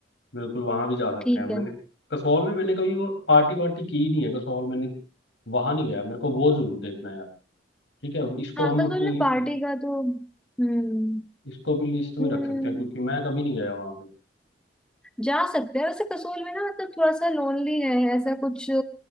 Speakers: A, on the left; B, in the centre.
A: बिल्कुल वहां भी जा सकते
B: ठीक
A: हैं मैंने
B: है
A: कसौल में मैंने कभी वो पार्टी वार्टी की नहीं है कसौल मैंने वहां नहीं गया मेरे को वो जरूर देखना है यार ठीक है इसको
B: हाँ
A: हम
B: कंसोल
A: अपनी
B: ने पार्टी
A: लि-
B: का तो हम्म
A: इसको भी लिस्ट में
B: हम्म,
A: रख सकते हैं क्योंकि मैं कभी नहीं गया वहां पे
B: जा सकते हैं वैसे कसोल में ना मतलब थोड़ा सा लोनली है ऐसा कुछ अ,